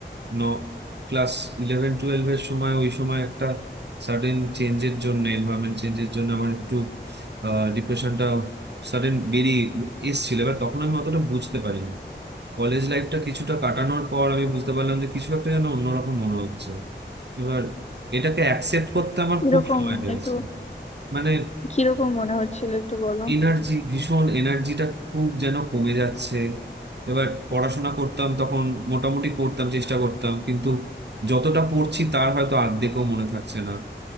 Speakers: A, on the right; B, on the left.
A: ন ক্লাস ইলেভেন টুয়েলভ এর সময় ওই সময় একটা সাডেন চেঞ্জের জন্য এনভায়রনমেন্ট চেঞ্জের জন্য আমার একটু ডিপ্রেশনটা সাডেন বেরিয়ে এসেছিল এবার তখন আমি অতটা বুঝতে পারিনি কলেজ লাইফটা কিছুটা কাটানোর পর আমি বুঝতে পারলাম যে কিছু একটা যেন অন্যরকম মনে হচ্ছে এবার এটাকে অ্যাকসেপ্ট করতে আমার
B: কিরকম
A: খুব সময় লেগেছে
B: একটু
A: মানে
B: কিরকম মনে হচ্ছিল একটু বলো
A: এনার্জি ভীষণ এনার্জিটা খুব যেন কমে যাচ্ছে এবার পড়াশোনা করতাম তখন মোটামুটি পড়তাম চেষ্টা করতাম কিন্তু যতটা পড়ছি তার হয়তো অর্ধেকও মনে থাকছে না